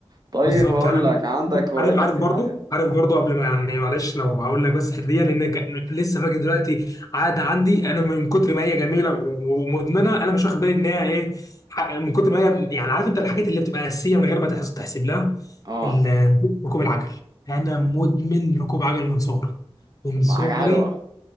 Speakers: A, on the right; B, on the left.
A: طيب
B: بالظبط
A: هقول
B: يعني ممكن-
A: لك عندك هوايات
B: عارف عارف
A: اجتماعية
B: برضو عارف برضو قبل ما يعني معلش لو هقول لك بس الحته دي لان ك- لسه فاكر دلوقتي عاده عندي انا من كتر ما هي جميله و- ومدمنه انا مش واخد بالي ان هي ايه ح- من كتر ما هي يعني عارف انت الحاجات اللي بتبقى اساسيه من غير ما تحس- تحسب لها
A: اه
B: ال- ركوب العجل انا مدمن ركوب عجل من صغري من
A: طب
B: صغري
A: ما حاجة حلوة